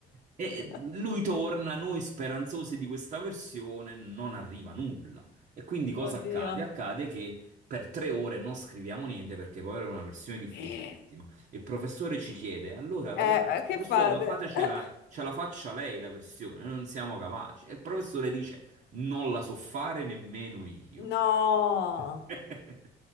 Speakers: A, on the right; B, on the left.
A: E
B: <laughs>
A: lui torna, noi speranzosi di questa versione, non arriva nulla. E quindi cosa
B: Oddio.
A: accade? Accade che per tre ore non scriviamo niente perché poi era una versione difficilissima.
B: Eh,
A: Il professore ci chiede: Allora, ragazzi,
B: eh, che
A: professore,
B: fate?
A: ma fatecela,
B: <laughs>
A: ce la ce la faccia lei la versione, noi non siamo capaci. E il professore dice: non la so fare nemmeno io.
B: No,
A: <laughs>